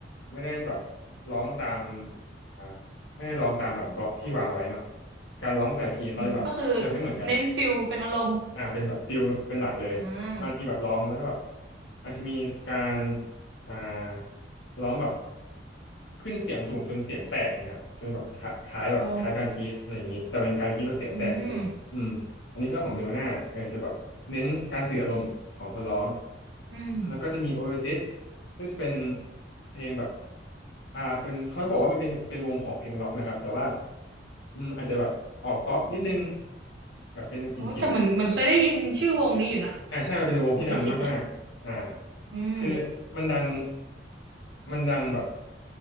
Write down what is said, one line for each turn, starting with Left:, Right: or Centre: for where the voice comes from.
Left: ไม่ได้แบบร้องตามอ่าไม่ได้ร้องตามแบบบล็อกที่วางไว้เนาะการร้องแต่ละทีเขาเลยแบบจะไม่เหมือนกัน
Right: อืมก็คือเน้นฟิลเป็นอารมณ์
Left: อ่าเป็นแบบฟิลเป็นหลักเลย
Right: อ่า
Left: บางทีแบบร้องแล้วก็แบบอาจจะมีการอ่าร้องแบบขึ้นเสียงสูงจนเสียงแตกนะครับจนแบบคล้าคล้ายแบบคล้ายการกรีดอะไรอย่างนี้แต่เป็นการกรีดแบบเสียงแตกอะไรอย่างนี้อืมอันนี้ก็ของเนวาน่าเออจะแบบเน้นการสื่ออารมณ์ของคนร้อง
Right: โอ้อืมอืม
Left: แล้วก็จะมีโอเอซิสก็จะเป็นเพลงแบบอ่าเป็นเขาบอกว่ามันเป็นเป็นวงของเพลงร็อกนะครับแต่ว่าอืมอาจจะแบบออกป๊อปนิดนึงแบบเป็นกลิ่นๆ
Right: โอ้แต่เหมือนเหมือนเคยได้ยินชื่อวงนี้อยู่นะ
Left: อ่าใช่มันเป็นวงที่ดังมาก
Right: โอเอซิสเนี่ย
Left: อ่า
Right: อืม
Left: คือมันดังมันดังแบบ